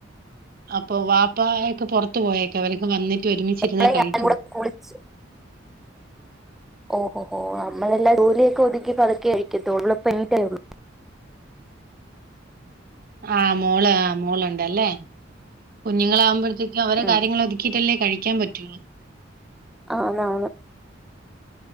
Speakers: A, on the right; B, in the centre.
A: അപ്പോ വാപ്പായൊക്കെ പൊറത്ത് പോയേക്കാ അവരൊക്കെ വന്നിട്ട് ഒരുമിച്ചിരുന്നേ
B: മോളെ
A: കഴിക്കുളൂ.
B: ഞാനും കൂടെ കുളിച്ചു. ഓഹ് ഓഹ് ഓഹ് നമ്മളെല്ലാം ജോലിയൊക്കെ ഒതുക്കി പതുക്കെ കഴിക്കത്തൊള്ളൂ ഇപ്പ എണീറ്റേയുള്ളൂ.
A: ആഹ് മോള് ആഹ് മോള്ണ്ടല്ലേ. കുഞ്ഞ്ങ്ങളാവുമ്പഴ് ത്തേക്ക് അവര
B: ഉം
A: കാര്യങ്ങളൊതുക്കിട്ടല്ലേ കഴിക്കാൻ പ റ്റിളു
B: അന്നാന്ന്